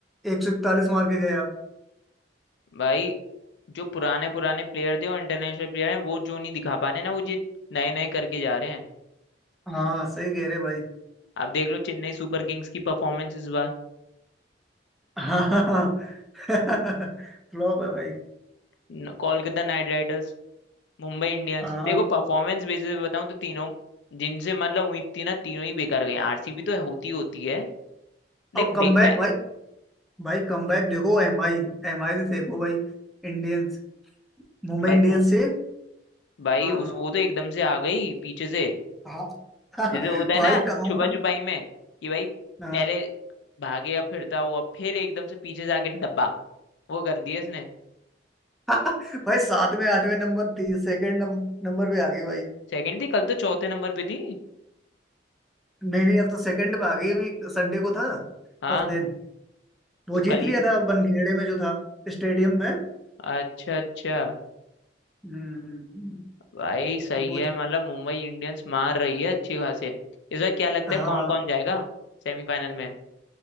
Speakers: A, in the centre; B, on the left.
A: एक सौ इकतालीस मार के गया
B: भाई जो पुराने पुराने प्लेयर थे और इंटरनेशनल प्लेयर हैं वो जो नहीं दिखा पा रहे ना वो जी नए नए करके जा रहे हैं
A: हाँ सही कह रहे भाई
B: आप देख लो चेन्नई सुपर किंग्स की परफॉर्मेंस इस बार
A: हाँ <laughs> फ्लॉप है भाई
B: न- Kolkata Knight Riders Mumbai Indians
A: हाँ
B: देखो परफॉर्मेंस बेसिस पे बताऊं तो तीनों जिनसे मतलब उम्मीद थी ना तीनों ही बेकार गए आरसीबी तो होती होती है देखो
A: अब कमबैक
B: बिग फैन
A: भाई भाई कमबैक देखो एमआई एमआई से देखो भाई इंडियंस मुंबई
B: भाई
A: इंडियंस
B: मुं-
A: से
B: भाई
A: हाँ
B: उस
A: हाँ
B: वो तो एकदम से आ गई पीछे से
A: हाँ <laughs>
B: जैसे होता है
A: भाई
B: ना
A: कहाँ
B: छुपा छुपाई में कि भाई
A: हाँ,
B: पहले भागेगा फिरता हुआ फिर एकदम से पीछे से आके डब्बा वो कर दिया इसने
A: <laughs> भाई सातवें में आठवें नंबर थी सेकंड नंबर पे आ गई भाई
B: सेकंड थी कल तो चौथे नंबर पे थी
A: नहीं नहीं अब तो सेकंड पे आ गई अभी संडे को था
B: हाँ
A: उस दिन वो
B: तो
A: जीत
B: कल
A: लिया
B: ही
A: था बनखेड़े में जो था स्टेडियम में
B: अच्छा अच्छा
A: हम्म,
B: भाई सही
A: तो वो
B: है
A: जी-
B: मतलब मुंबई इंडियंस मार रही है अच्छी खासे इस बार क्या लगता
A: हाँ
B: है कौन कौन जाएगा सेमीफाइनल में